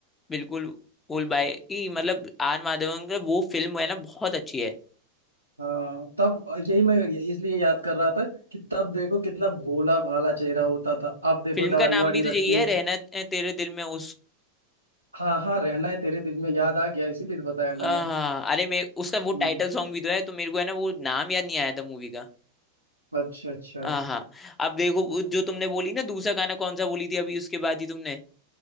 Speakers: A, on the left (about 15°); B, on the right (about 85°).
A: बिल्कुल फुल भाई की मतलब आर माधवन का मतलब वो फिल्म है ना बहुत अच्छी है
B: हाँ तब यही मैं इसलिए याद कर रहा था कि तब देखो कितना भोला भाला चेहरा होता था अब देखो
A: फिल्म
B: दाढ़ी
A: का नाम
B: वाड़ी
A: भी तो यही
B: रख के
A: है रहना तेरे दिल में उस
B: हाँ हाँ रहना है तेरे दिल में याद आ गया इसीलिए तो बताया मैंने
A: हाँ अरे मैं उसका वो
B: हम्म
A: टाइटल सॉन्ग भी तो है तो मेरे को है ना वो नाम याद नहीं आया था मूवी का
B: अच्छा अच्छा
A: हाँ हाँ अब देखो वो जो तुमने बोली ना दूसरा गाना कौन सा बोली थी अभी उसके बाद ही तुमने